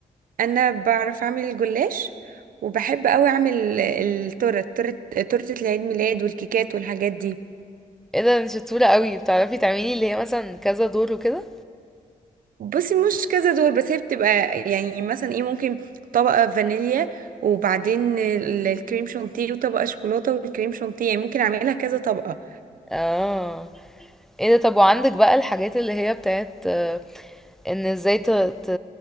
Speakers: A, on the right; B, in the centre.
A: انا بعرف اعمل الجلاش وبحب قوي اعمل التورت تورت تورتة العيد ميلاد والكيكات والحاجات دي
B: ايه ده انت شطورة قوي بتعرفي تعملي اللي هي مثلا كذا دور وكده
A: بصي مش كذا دول بس هي بتبقى يعني مثلا ايه ممكن طبقة فانيليا وبعدين ال- الكريم شانتيه وطبقة شوكولاتة والكريم شانتيه يعني ممكن اعملها كذا طبقة
B: اه ايه ده طب وعندك بقى الحاجات اللي هي بتاعت آه، ان ازاي ت... ت...